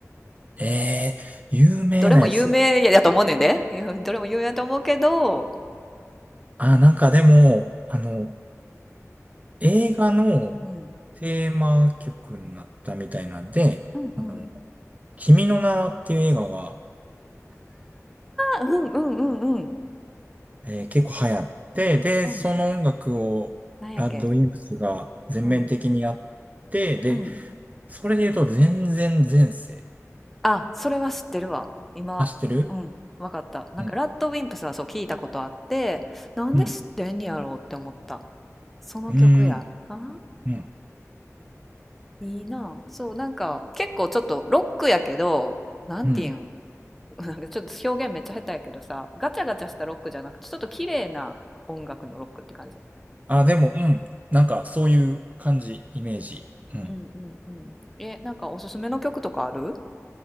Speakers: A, on the right; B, in the centre.
A: えー、有名なやつ。
B: まあどれも有名やと思うねんで。<laughs> どれも有名やと思うけど。
A: あ、なんかでも、あの、映画のテーマ曲になったみたいなんで、
B: うん。うんうん。
A: あの、君の名はっていう映画が
B: あ、うんうんうんうん。
A: えー結構流行って、で、
B: うん。
A: その音楽をラッドウィンプスが全面的にやって、
B: なんやっけ。うん。
A: で、
B: うん。
A: それで言うと全然前世。
B: あ、それは知ってるわ。今、
A: あ、知ってる
B: うん、わかった。なんか、
A: うん。
B: ラッドウィンプスはそう聞いたことあって、なんで知ってんやろうって思った。
A: うん。
B: その曲や。
A: うん。
B: ああ、
A: うん。
B: いいな。そう、なんか、結構ちょっとロックやけど、なんていうん、
A: うん。
B: <laughs> なんかちょっと表現めっちゃ下手やけどさ、ガチャガチャしたロックじゃなくて、ちょっと綺麗な音楽のロックって感じ。
A: あ、でも、うん。なんか、そういう感じ、イメージ。うん。
B: うんうんうん。え、なんかおすすめの曲とかある